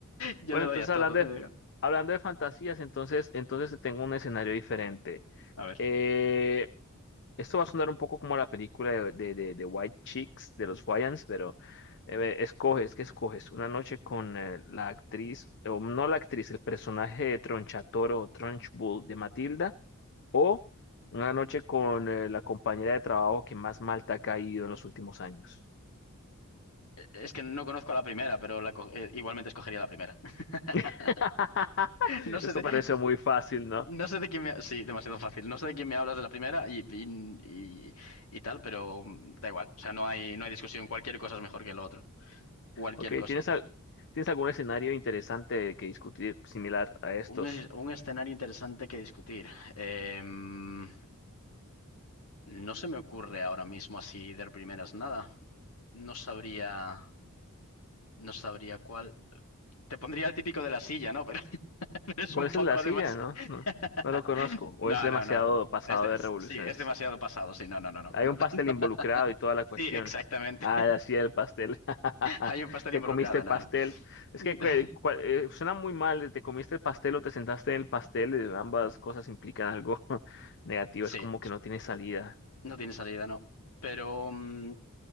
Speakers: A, on the left (about 70°); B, on the left (about 55°).
A: yo
B: Bueno,
A: le doy
B: entonces
A: a todo.
B: hablando de,
A: le digo.
B: hablando de fantasías, entonces, entonces tengo un escenario diferente.
A: A ver,
B: Eh, Esto va a sonar un poco como la película de, de, de- de White Chicks de los Wayans, pero eh, escoges, ¿qué escoges? Una noche con eh, la actriz, o no la actriz, el personaje de Tronchatoro o Trunchbull de Matilda, o una noche con eh, la compañera de trabajo que más mal te ha caído en los últimos años.
A: e, es que no conozco a la primera, pero la co- eh, igualmente escogería la primera. <laughs>
B: <laughs>
A: No sé,
B: Esto
A: de-
B: parece muy fácil, ¿no?
A: No sé de quién me... Sí, demasiado fácil. No sé de quién me hablas de la primera y, y, y- y tal, pero mm, da igual. O sea, no hay, no hay discusión. Cualquier cosa es mejor que lo otro. Cualquier
B: Ok,
A: cosa.
B: ¿tienes, al- ¿tienes algún escenario interesante que discutir similar a estos?
A: Un, es- un escenario interesante que discutir. Em, no se me ocurre ahora mismo así de primeras nada. No sabría, no sabría cuál. Te pondría el típico de la silla, ¿no? Pero <laughs> es
B: ¿Cuál
A: un
B: es
A: poco
B: el de la silla?
A: de más...
B: No,
A: <laughs>
B: no, no lo conozco. O
A: No,
B: es demasiado
A: no, no. no.
B: pasado
A: Es de-
B: de
A: Sí,
B: revoluciones.
A: es demasiado pasado. Sí, no, no, no, no.
B: Hay
A: No-
B: un pastel
A: <laughs>
B: involucrado y toda la cuestión.
A: Sí, exactamente.
B: Ah, la silla del pastel. <laughs>
A: Hay un pastel
B: Te
A: involucrado,
B: comiste el
A: no,
B: pastel.
A: no.
B: Es
A: <laughs>
B: que cue- cua- eh, suena muy mal. Te comiste el pastel o te sentaste en el pastel. eh, Ambas cosas implican algo <laughs> negativo.
A: Sí,
B: Es como que no tiene salida.
A: no tiene salida, no. Pero, mm,